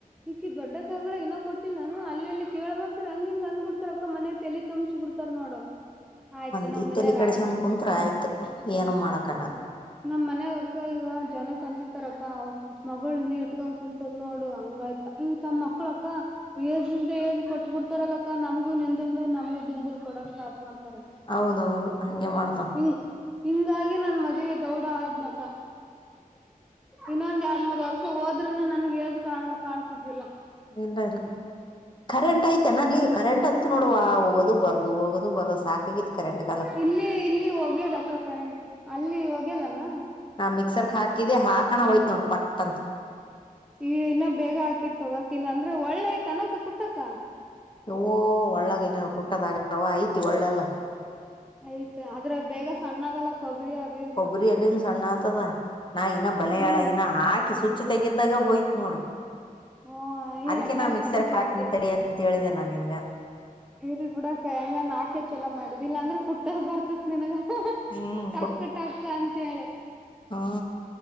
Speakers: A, in the centre; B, on the left.
A: ಈಕಿ ದೊಡ್ಡ ಕಾಯಗಳ ಏನೋ ಕೊಟ್ಟಿಲ್ಲಾನನು ಅಲ್ಲಿ ಕೇಳ್ಬೇಕ್ರ ಹಂಗಿಂಗ ಅಂದ್ ಬಿಡ್ತಾರ ಅಕ್ಕ ಮನೆ ತಲಿ ತುಂಬಸ ಬಿಡ್ತ ನೋಡು ಆಯ್ತು
B: ನಿ
A: ನಮ್ ಮನ್ಯಾಗ
B: ತಲಿ ಕಡಸನ್
A: ಆಯ್ತು
B: ಕುಂತ್ರ ಆಯ್ತು ಏನು ಮಾಡಕ್ಕಾಗ
A: ನಮ್ಮ್ ಮನ್ಯಾಗ ಅಕ್ಕ ಈಗ ಜನಕ ಅಂಜು ತಾರ ಮಗಳ ನನ ಇಟ್ಕಂಗ ಕುಂತದ್ ನೋಡು ಹಂಗಾಯ್ತ ಇ ತಮ್ಮ ಮಕ್ಳ ಅಕ್ಕ ಏಿಂದ ಏ್ ಕೊಟ್ಬ ಬಿಡ್ತಾರಲ್ಲಕ್ಕ ನಮಗೂ ನೆಂದಲ್ ಮೇಲೆ ನಮಗ ದುಂಬುಲ್ ಕೊಡಕ್ ಸಾ್ಟ್ ಮಾಡ್ತಾರ
B: ಹೌದೌದು ಹಾಗಗೆ ಮಾಡ್ತವೆ
A: ಹ ಹಿಂಗಾಗಿ ನನ್ ಮದುವೆ ದೌಡ್ಡ ಆಜ್ಞಕ ಇನ್ನೊಂದ ಎರಡ್ ಮೂರ್ ವರ್ಷ ಹೋದ್ೂನು ನನ್ಗ್ ಏಜು ಕ ಕಾಣ್ತಿದ್ದಿಲ್ಲ
B: ಇಲ್ಲ ಇಲ್ಲ ಕರೆಂಟ್ ಐತೆೇನಲ್ಲಿ ಕರೆಂಟ್ ಅಂತೂ ನೋಡುವ ಹೋಗೋದು ಬರದು ಹೋಗೋದು ಬರದು ಸಾಕಾಗಿತ್ತು ಕರೆಂಟ್ ಕಾಲ
A: ಇಲ್ಲಿ ಇಲ್ಲಿ ಹೋಗ್ಯದಕ್ಕ ಕರೆಂಟ್ ಅಲ್ಲಿ ಹೋಗ್ಯದಾನ
B: ನಾ ಮಿಕ್ಸರ್ಕ್ ಹಾಕಿದ್ದೆ ಹಾಕಣ ಓಯುತು ನೋಡ್ ಪಟ್ಟಂತ
A: ಈಗ ಇನ್ನ ಬೇಗ ಹಾಕಿತ್ ತಗಕಿಲ್ಲ ಇಲ ಅಂದ್ರೆ ಒಳ್ಳೆಯ್ತ ಅನಕ ಕುಟ್ಟಕ್ಕ
B: ಯೌವ್ವ ಒಳ್ಳಾಗೈನ ಕುಟ್ಟದ ಆಗವಾ ಐತಿ ಒಳ್ಳೆಲ್ಲ
A: ಆಯ್ತ್ ಆದದ್ರ ಬೇಗ ಸಣ್ಣಾಗಲ್ಲ ಕೊಬ್ಬರಿ ಅದು ಇದು
B: ಕೊಬ್ಬರಿ ಎಲ್ಲಿನ್ ಸಣ್ಣ ಆತದ ನಾ ಇನ್ನ ಬಲಳ
A: ಹ್ಮ
B: ಇನ್ನ ಹಾಕಿ ಸುಚ್ಚ ತೆಗಿದಾಗ ಹೋಯ್ತ ನೋಡು
A: ಹ್ಮ ಈ
B: ಅದಕ್ಕೆ
A: ಹೆಂಗನ್
B: ನಾವು ಮಿಕ್ಸರ್
A: ಕಡಿಕ
B: ಹಾಕ
A: ಇದಿ
B: ತ ಅ ಹೇಳಿದ್ದೇನೆ ನಾನ್ ನಿನ್ಗ
A: ಇರ ಬಿಡಕ್ ಹೆಂಗ ಹಾಕೆ ಚಲೋ ಮಾಡಿದ್ ಇಲ್ಲಾಂದ್ರೆ ಕುಟ್ಟದ್ ಬರ್ತತ್ ನಿನಗ
B: ಹ್ಮ್
A: ಟಕ್ ಟಕ್ ಅಂತೇಳಿ
B: ಹಾ